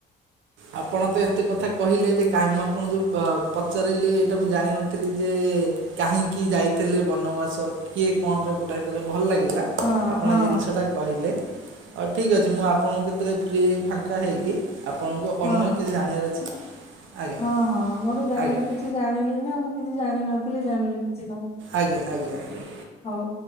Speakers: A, on the right; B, on the left.
A: ଆପଣ ତ ଏତେ କଥା କହିଲେ ଯେ କାହିଁ ମୁଁ ଆପଣଙ୍କୁ ପ ପଚାରିଲି ଏଇଟା ମୁଁ ଜାଣିନଥିଲି ଯେ କାହିଁକି ଯାଇଥିଲେ ବନବାସ? କିଏ କଣ ପାଇଁ ପଠାଇଥିଲା ଭଲ ଲାଗିଲା।
B: ହଁ,
A: ଆପଣ
B: ହଁ,
A: ଏ ଜିନିଷଟା କହିଲେ ହଉ ଠିକ୍ ଅଛି ମୁଁ ଆପଣଙ୍କୁ କେତେବେଳେ ଫ୍ରି ଫାଙ୍କା ହେଇକି ଆପଣଙ୍କୁ
B: ହଁ।
A: ଅନ୍ୟ କିଛି ଜାଣିବାର ଅଛି ଆଜ୍ଞା
B: ହଁ ହଁ ମୋର ଜାଣିବାରେ
A: ଆଜ୍ଞା
B: କିଛି ଜାଣିଲି ନାଉ ମୁଁ କିଛି ଜାଣିନଥିଲି ଜାଣିଲି କିଛି ତମକୁ।
A: ଆଜ୍ଞା ଆଜ୍ଞା ଆଜ୍ଞା।
B: ହଉ